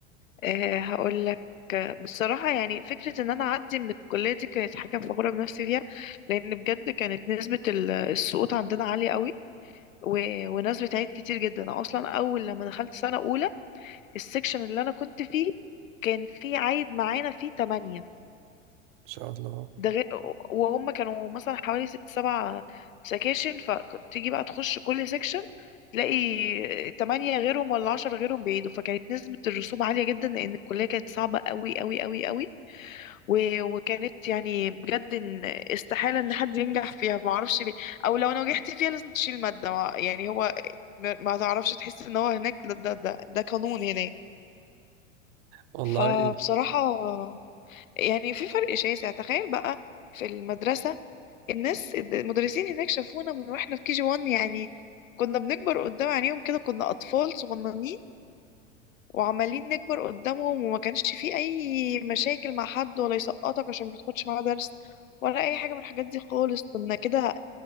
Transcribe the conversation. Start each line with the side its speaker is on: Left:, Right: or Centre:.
Left: آه، هقولك آه، بصراحة يعني فكرة إن أنا أعدي من الكلية دي كانت حاجة فخورة بنفسي فيها لأن بجد كانت نسبة ال- السقوط عندنا عالية قوي و- وناس بتعيد كتير جدا أنا أصلا أول لما دخلت سنة أولى السكشن اللي أنا كنت فيه كان في عايد معانا فيه تمانية
Right: شاء الله
Left: ده غير وهم كانوا مثلا حوالي ست سبع سكاشن فتيجي بقى تخش كل سكشن تلاقي تمانية غيرهم ولا عشرة غيرهم بعيدوا فكانت نسبة الرسوب عالية جدا لأن الكلية كانت صعبة قوي قوي قوي قوي و- وكانت يعني بجد إن استحالة إن حد ينجح فيها معرفش ليه أو لو نجحت فيها لازم تشيل مادة مع- يعني هو ما ما تعرفش تحس إن هو هناك ده ده ده, ده قانون هناك
Right: والله
Left: فبصراحة يعني في فرق شاسع تخيل بقى في المدرسة الناس المدرسين هناك شافونا من واحنا في كي جي 1 يعني كنا بنكبر قدام عينيهم كده كنا أطفال صغننين وعمالين نكبر قدامهم وما كانش في أي مشاكل مع حد ولا يسقطك عشان ما تاخدش معاه درس ولا أي حاجة من الحاجات دي خالص كنا كده